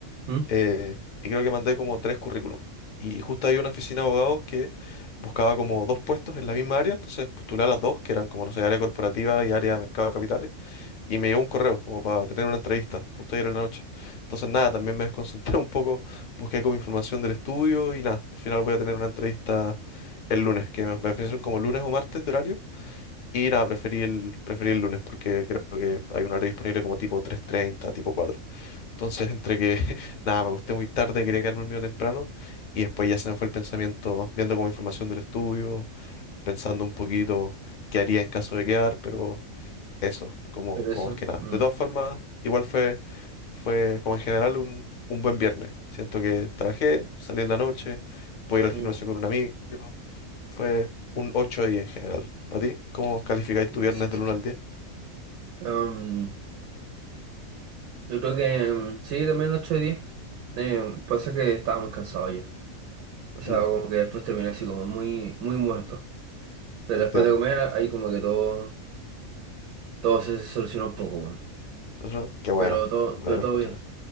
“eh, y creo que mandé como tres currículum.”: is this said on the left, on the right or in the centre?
Left